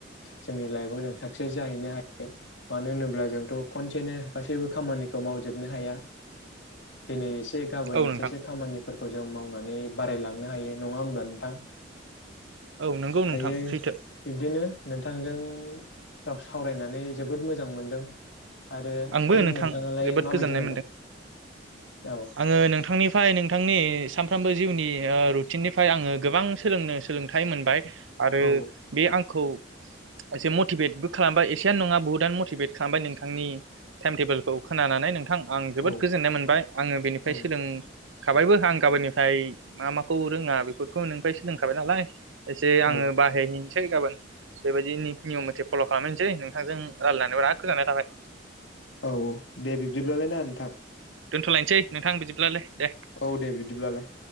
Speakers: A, on the left; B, on the right.
A: जोंनि लाइफआव जों साक्सेस जाहैनो हायो मानो होनोब्ला जोंथ' खनसेनो गासैबो खामानिखौ मावजोबनो हाया। दिनै गाबोन
B: औ
A: एसेसो
B: नोंथां
A: खामानि फोरखौ जों मावनानै बारायलांनो हायो नङा होमब्ला नोंथां
B: औ नंगौ नोंथां
A: दायो
B: सैथो
A: बिब्दिनो नोंथांजों सावरायनानै जोबोद मोजां मोनदों आरो
B: आंबो नोंथां
A: नोंथाङालाय
B: जोबोद
A: माबायदि
B: गोजोननाय
A: मोनदों औ
B: आङो नोंथांनिफ्राय नोंथांनि सामफ्रामबो जिउनि रुटिननिफ्राय आङो गोबां सोलोंनो सोलोंथाइ मोनबाय। आरो
A: औ
B: बे आंखौ एसे मटिभेटबो खालामबाय एसेयानो नङा बहुतआनो मटिभेट खालामबाय नोंथांनि टाइम टेबोलखौ खोनानानै नोंथां आं जोबोद
A: औ
B: गोजोननाय मोनबाय आङो बेनिफ्राय
A: औ
B: सोलों खाबायबो आं गाबोननिफ्राय मा माखौ रोङा बेफोरखौ नोंनिफ्राय सोलोंखाबाय नालाय एसे आङो
A: औ
B: बाहाय सै गाबोन बेबायदि नियम मथे फल' खालामहनोसै नोंथांजों रायलायनानै बिराद गोजोननाय थाबाय।
A: औ औ दे बिब्दिब्लालाय ना नोंथां।
B: दोनथ'लायसै नोंथां बिदिब्लालाय दे।
A: औ दे बिदिब्लालाय